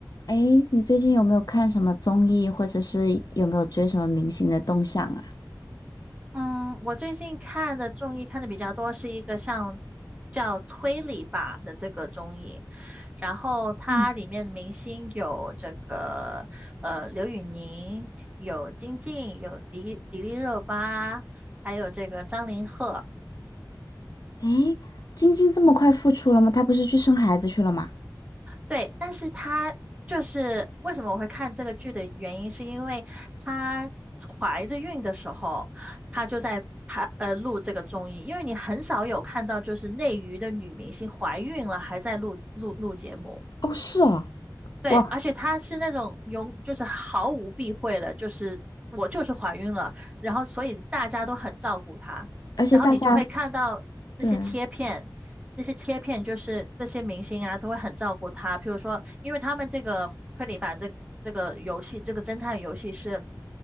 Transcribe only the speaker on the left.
哎，你最近有没有看什么综艺，或者是有没有追什么明星的动向啊？
嗯，
哎，晶晶这么快复出了吗？她不是去生孩子去了吗？
哦，是哦，
哇，
而且大家
对啊